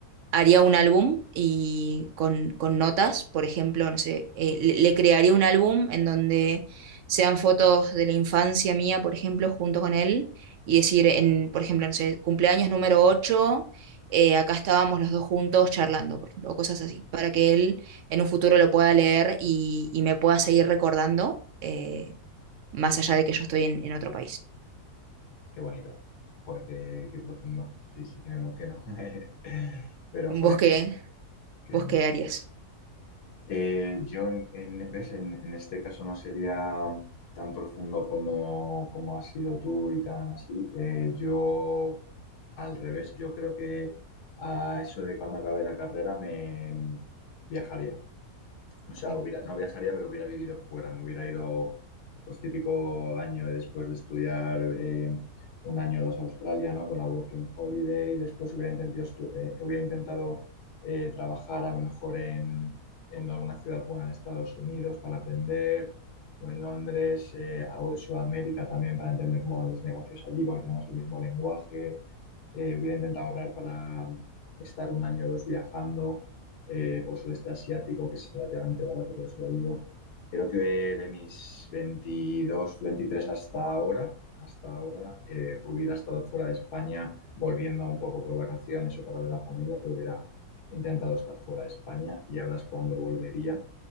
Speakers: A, on the right (about 65°); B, on the left (about 85°).
A: haría un álbum y con, con notas, por ejemplo, no sé, eh, le, le crearía un álbum en donde sean fotos de la infancia mía, por ejemplo, junto con él, y decir, en, por ejemplo, no sé, cumpleaños número ocho eh, acá estábamos los dos juntos charlando, por ejemplo, o cosas así, para que él en un futuro lo pueda leer y, y me pueda seguir recordando, eh, más allá de que yo estoy en, en otro país.
B: Qué bonito. Joder, qué, qué profundo. Sí, sí que me emociono. <laughs> Pero
A: ¿Vos
B: joder,
A: qué,
B: qué
A: vos
B: bueno.
A: qué harías?
B: Eh, yo, en, en- ¿ves? En, en este caso no sería tan profundo como, como has sido tú y tan así. Eh, yo, al revés, yo creo que a eso de cuando acabe la carrera me viajaría. O sea,
A: Ok.
B: hubiera, no viajaría, pero hubiera vivido fuera. Me hubiera ido los típico año después de estudiar eh, un año o dos a Australia, ¿no? Con la Working Holiday. Después hubiera intentado, estu- eh, hubiera intentado eh, trabajar a lo mejor en, en alguna ciudad buena de Estados Unidos para aprender, o en Londres, eh, algo de Sudamérica también para entender cómo van los negocios allí, porque tenemos el mismo lenguaje. Eh, hubiera intentado ahorrar para estar un año o dos viajando eh, por sudeste asiático, que es relativamente barato, por eso lo digo. Creo que de mis 22 23 hasta ahora, hasta ahora, eh, hubiera estado fuera de España, volviendo un poco por vacaciones o para ver a la familia, pero hubiera intentado estar fuera de España y ahora es cuando volvería